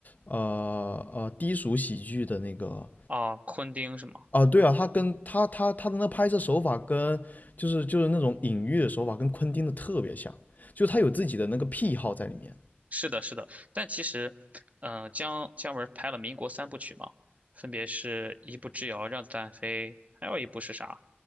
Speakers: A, on the left (about 45°); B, on the right (about 35°).
A: 呃呃低俗喜剧的那个，
B: 啊，昆汀是吗？
A: 啊对啊，他跟他他他的那拍摄手法跟就是就是那种隐喻的手法跟昆汀的特别像，就他有自己的那个癖好在里面
B: 是的，是的，但其实，嗯、姜姜文拍了民国三部曲嘛，分别是一部《之遥》《让子弹飞》，还有一部是啥？